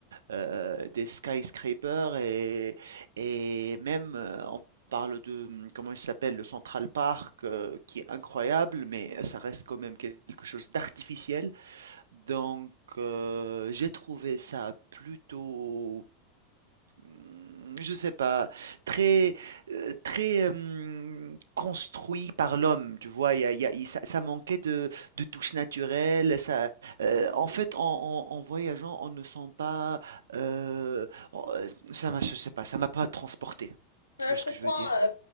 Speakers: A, on the right (about 75°); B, on the left (about 85°).
A: heu, des skyscrapers et et même, heu, on parle de, mmh, comment il s'appelle? Le Central Park, heu, qui est incroyable, mais ça reste quand même quelque chose d'artificiel donc, heu, j'ai trouvé ça plutôt, mmh, je sais pas, très, heu, très, hem, construit par l'homme, tu vois? Il y a il y a il ça ça manquait de de touches naturelles. ça, heu, en fait, en en en voyageant, on ne sent pas, heu, on heu, ça m'a je sais pas, ça m'a pas transporté.
B: Ouais,
A: Tu vois
B: je
A: ce
B: comprends.
A: que je veux dire?
B: euh,